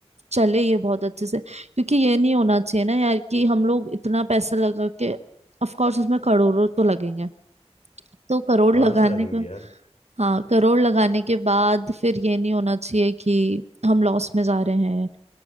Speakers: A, on the right; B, on the left.
A: चले ये बहुत अच्छे से क्योंकि ये नहीं होना चाहिए ना यार कि हम लोग इतना पैसा लगा के ऑफ कोर्स उसमें करोड़ों तो लगेंगे तो करोड़
B: आराम
A: लगाने
B: से लगेंगे
A: का
B: यार
A: हाँ करोड़ लगाने के बाद फिर ये नहीं होना चाहिए कि हम लॉस में जा रहे हैं